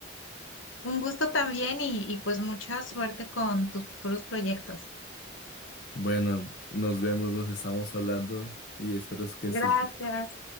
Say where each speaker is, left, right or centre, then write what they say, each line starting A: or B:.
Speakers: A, on the left (about 75°); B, on the left (about 50°).
A: Un gusto también y, y pues mucha suerte con tus futuros proyectos.
B: Bueno, nos vemos, nos estamos hablando y espero que
A: Gracias.
B: estés